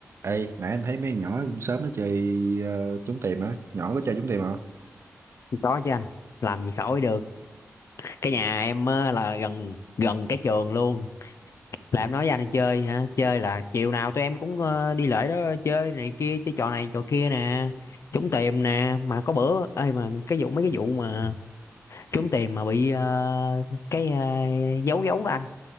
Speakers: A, on the right (about 55°); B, on the left (about 65°).
A: Ê, nãy anh thấy mấy con nhỏ sớm nó chơi ờ, trốn tìm á, nhỏ có chơi trốn tìm không?
B: có chứ anh làm gì khỏi được cái nhà em á, là gần gần cái trường luôn là em nói với anh chơi hả chơi là chiều nào tụi em cũng ờ, đi lễ đó chơi này kia chơi trò này trò kia nè trúng tiền nè mà có bữa ơi mà cái vụ mấy cái vụ mà trúng tiền mà bị ờ, cái ờ, dấu dấu đó anh